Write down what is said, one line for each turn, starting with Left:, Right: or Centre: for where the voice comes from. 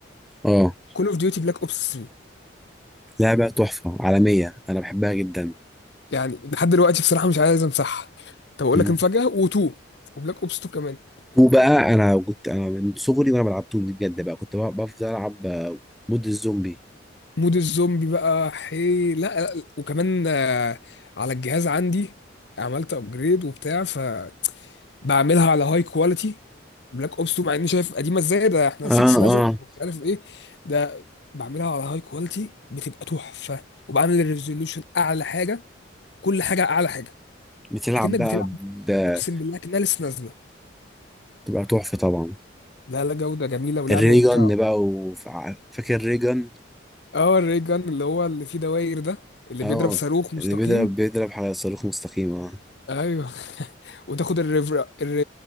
Centre: اه
Left: كول اوف ديوتي بلاك اوبس 3
Centre: لعبه تحفه عالميه انا بحبها جدا
Left: يعني لحد دلوقتي بصراحه مش عايز امسحها طب اقول
Centre: امم
Left: لك مفاجاه و2 وبلاك اوبس 2 كمان
Centre: وبقى انا كنت انا من صغري وانا بلعب طول بجد بقى كنت بقى بفضل العب آه، مود الزومبي
Left: مود الزومبي بقى حي لا لا لا. وكمان آه، على الجهاز عندي عملت ابجريد وبتاع فبعملها على هاي كواليتي بلاك اوبس 2 مع اني شايف قديمه ازاي ده احنا
Centre: اه
Left: 6
Centre: اه
Left: نزل ومش عارف ايه ده بعملها على هاي كواليتي بتبقى تحفه وبعمل الريزولوشن اعلى حاجه كل حاجه اعلى حاجه
Centre: بتلعب
Left: اكنك
Centre: بقى
Left: بتلعب
Centre: ب-
Left: اقسم بالله اكنها لسه نازله
Centre: بتبقى تحفه طبعا
Left: لا لا جوده جميله ولعبه
Centre: الريجن
Left: ممتعه
Centre: بقى وفاكر الريجن
Left: اه الري جان اللي هو اللي فيه دواير ده اللي
Centre: اه
Left: بيضرب صاروخ مستقيم
Centre: اللي بيضرب بيضرب على صاروخ مستقيم اه
Left: ايوه <laughs> وتاخد الريفر... الر...